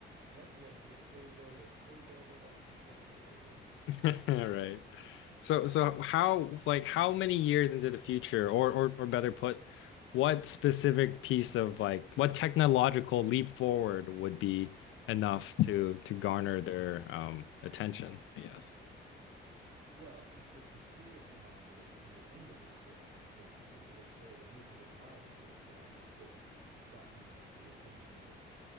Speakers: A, on the right; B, on the left.
A: Yep, yep. We get paved over, paved over by the construction crew, right?
B: <laughs> All right. So so how like how many years into the future or or or better put, what specific piece of like what technological leap forward would be enough to to garner their um attention, I guess.
A: Well, if you're conspiracy minded and you're into this sort of thing, people would say that nuclear power was one that would have gotten the attention of